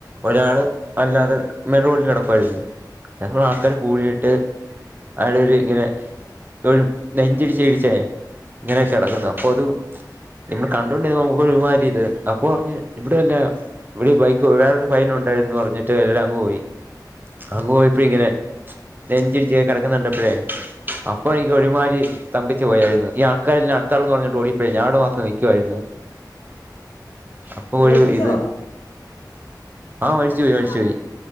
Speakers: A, on the right (about 25°); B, on the left (about 65°).
A: ഒരാള് അല്ലാതെ മേൻറോഡില് കെടപ്പായിരുന്നു. അപ്പ ആൾക്കാര് കൂടിയിട്ട് ആടൊരു ഇങ്ങനെ ഒരു നെഞ്ചിടിച്ചിടിച്ചേ ഇങ്ങനെ കെടക്കുന്നു അപ്പൊതു ചെന്നു കണ്ടോണ്ടിരുന്ന നമുക്കൊരുമാരി ഇത് അപ്പൊറഞ്ഞ് ഇവിടെ അല്ല ഇവിടെ ഈ ബൈക്ക് വേറൊരു പയ്യനൊണ്ടായിരുന്നു പറഞ്ഞിട്ട് എല്ലാങ്ങ് പോയി. അങ്ങ് പോയപ്പഴുംഇങ്ങനെ നെഞ്ചിടിച്ച് കെടക്കുന്ന കണ്ടപ്പഴേ അപ്പൊ എനിക്ക് ഒരുമാരി തമ്പിച്ച് പോയാരുന്നു. ഈ ആൾക്കാരില്ലാ അടുത്താളെന്ന് പറഞ്ഞിട്ട് ഓടിപ്പോഴഞ്ഞഞാട്മാത്രം നിക്കുവാരുന്നു. അപ്പൊ ഒരു
B: മരിച്ചോ
A: ഇത് ആഹ് മരിച്ചുപോയി
B: ആ
A: മരിച്ചുപോയി
B: ആ